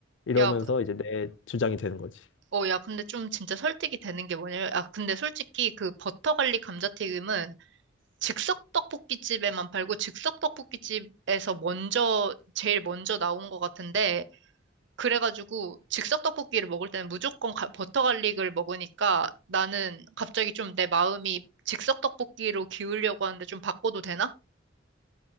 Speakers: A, on the left; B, on the right.
A: 이러면서
B: 야,
A: 이제 내 주장이 되는 거지.
B: 어, 야, 근데 좀 진짜 설득이 되는 게 뭐냐면, 아, 근데 솔직히 그 버터 갈릭 감자튀김은 즉석 떡볶이집에만 팔고 즉석 떡볶이집에서 먼저 제일 먼저 나온 것 같은데 그래가지고 즉석 떡볶이를 먹을 때는 무조건 가- 버터 갈릭을 먹으니까 나는 갑자기 좀 내 마음이 즉석 떡볶이로 기울려고 하는데 좀 바꿔도 되나?